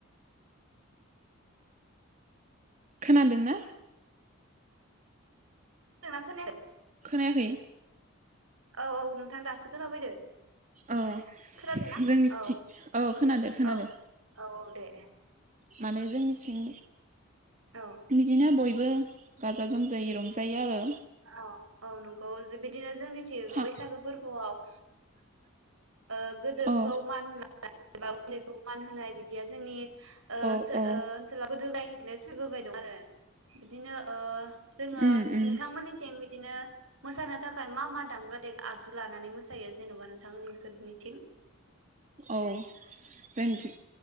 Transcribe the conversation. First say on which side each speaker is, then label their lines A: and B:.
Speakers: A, on the right; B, on the right.
A: खोनादोंना
B: खोनादों ना खोनाया
A: याखै
B: औ औ नोंथां दासो खोनाफैदो
A: अ
B: खोनादोना?
A: जोंनिथिं
B: औ
A: औ खोनादो खोनादो
B: औ औ दे दे
A: माने जोंनिथिं
B: औ
A: बिदिनो बय बो गाजा गोमजायै रंजायो आरो
B: औ औ नंगौ जो-बिदिनो जोंनि थिं
A: खा
B: बैसागो फोरबोआव ओ गोदोरखौ
A: अ
B: मान होनाय एबा उन्दैखौ मान होनाय बिदि बेयो जोंनि ओ
A: औ औ
B: ओनसोल <unintelligible> बे सोलिबोबाय दं आरो बिदिनो ओ जोङो
A: उम उम
B: नोंथांमोननिथिं बिदिनो मोसानो थाखाय मा मा दामग्रा दे आगजु लानानै मोसायो जेनबा नोंथांमो सोरनिथिं
A: औ जोंनिथि